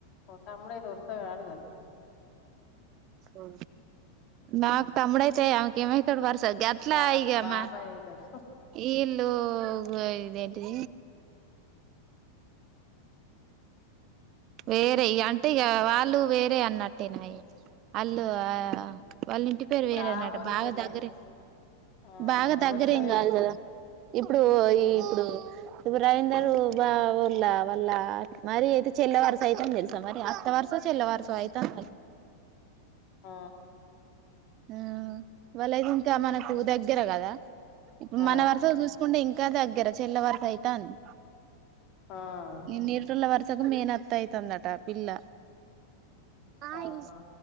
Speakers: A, on the left; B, on the right.
A: ఓ తమ్ముడయితే వరుస గాడు గద
B: ఆ నాకు తమ్ముడు అయితే ఆమెకు ఏమైతడు వరసకు స గట్లా
A: బా
B: ఈగమ్మా
A: బాబాయ్ అయితాడు
B: ఇల్లు ఇద ఏంటి వేరే అంటే ఇక వాళ్ళు వేరే అన్నట్టేనాయి ఆళ్ళు ఆ వాళ్ళు ఇంటి పేరు
A: ఇప్పుడు
B: వేరేన్నట
A: ఆ వరుసనే
B: బాగా దగ్గరే
A: ఆ
B: బాగా దగ్గరేం
A: వరుసవే
B: కాదు కదా ఇప్పుడు
A: ఆ
B: ఈ ఇప్పుడు ఇ రవీందర్ బావోల్లా వల్ల మరి అయితే చెల్లె వరస అయితుందని తెలుసా మరి అత్త వరుస చెల్ల వేర్సో అయితాంది మరి
A: ఆ
B: ఆ వాళ్ళ ఇది ఇంకా మనకు దగ్గర కదా ఇప్పుడు
A: ఆ
B: మన వర్సలు చూసుకుంటే ఇంక్ ఇంకా దగ్గర చెల్ల వరస అయితాంది
A: ఆ
B: ఎని నేటల వరస <unintelligible> తనకు మేనత్త అయితాందిఅట పిల్ల ఆయి
A: అవునా